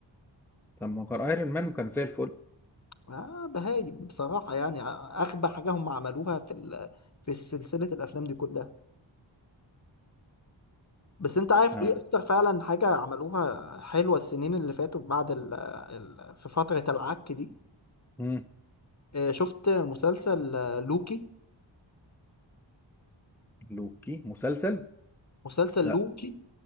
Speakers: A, in the centre; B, on the left.
A: طب ما هو كان ايرون مان وكان زي الفل
B: آه بهايم بصراحة يعني آه، أغبى حاجة هم عملوها في ال... في سلسلة الأفلام دي كلها بس أنت عارف
A: اه
B: إيه أكتر فعلا حاجة عملوها حلوة السنين اللي فاتوا بعد ال... ال... في فترة العك دي
A: مم.
B: آه، شفت مسلسل آه، لوكي
A: لوكي مسلسل
B: مسلسل
A: لا
B: لوكي